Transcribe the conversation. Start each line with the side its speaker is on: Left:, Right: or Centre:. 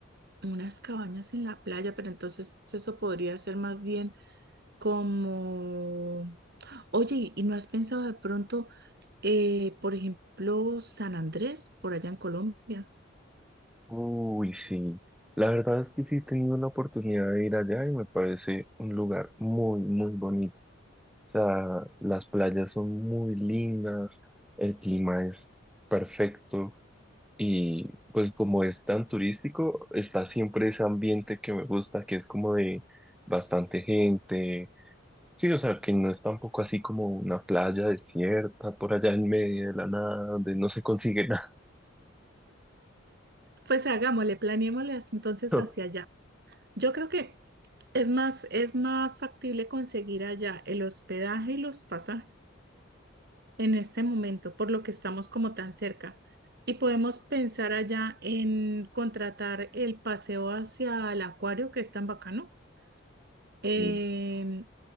Right: Unas cabañas en la playa, pero entonces eso podría ser más bien como, oye, ¿y no has pensado de pronto, eh, por ejemplo, San Andrés, por allá en Colombia?
Centre: Uy, sí. La verdad es que sí he tenido la oportunidad de ir allá y me parece un lugar muy, muy bonito. O sea, las playas son muy lindas, el clima es perfecto. Y pues como es tan turístico, está siempre ese ambiente que me gusta, que es como de bastante gente. Sí, o sea, que no es tampoco así como una playa desierta por allá en medio de la nada, donde no se consigue nada.
Right: Pues hagámosle, planeémosle hasta entonces
Centre: <laughs>
Right: hacia allá. Yo creo que es más, es más factible conseguir allá el hospedaje y los pasajes en este momento, por lo que estamos como tan cerca. Y podemos pensar allá en contratar el paseo hacia el acuario, que es tan bacano, em,
Centre: Mm.